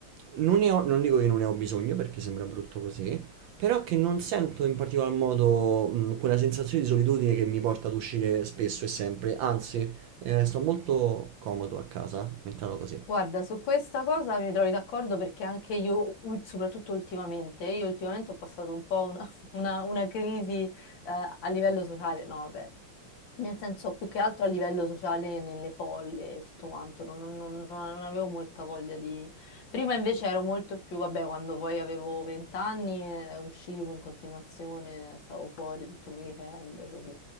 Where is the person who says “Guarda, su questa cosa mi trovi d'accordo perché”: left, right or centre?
Left